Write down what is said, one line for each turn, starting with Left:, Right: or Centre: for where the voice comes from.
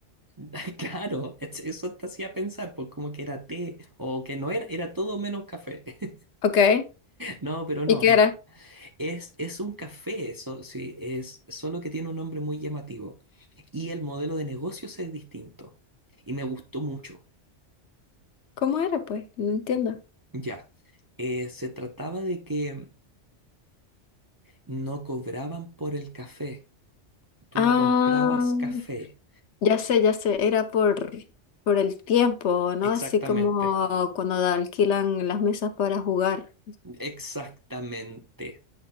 Right: <laughs> claro, es- eso te hacía pensar, pues como que era té o que no era, era todo menos café. <laughs>
Left: ok.
Right: No, pero no,
Left: ¿Y qué
Right: no.
Left: era?
Right: Es, es un café, eso sí, es solo que tiene un nombre muy llamativo. Y el modelo de negocios es distinto. Y me gustó mucho.
Left: ¿Cómo era, pues? No entiendo.
Right: Ya, Eh, se trataba de que no cobraban por el café. Tú
Left: Ah.
Right: no comprabas café.
Left: Ya sé, ya sé, era por, por el tiempo, ¿no?
Right: Exactamente,
Left: Así como cuando alquilan las mesas para jugar.
Right: exactamente.